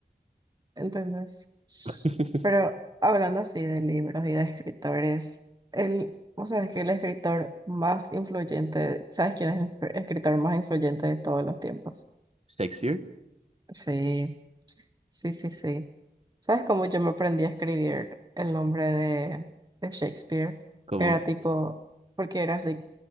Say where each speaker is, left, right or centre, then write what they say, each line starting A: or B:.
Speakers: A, on the right (about 25°); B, on the right (about 40°).
A: ¿entendés?
B: <laughs>
A: Pero hablando así de libros y de escritores, el, o sea, es que el escritor más influyente, ¿sabes quién es el fr- escritor más influyente de todos los tiempos?
B: ¿Shakespeare?
A: Sí, sí, sí, sí. ¿Sabes cómo yo me aprendí a escribir el nombre de, de Shakespeare?
B: ¿Cómo?
A: Era tipo, porque era así,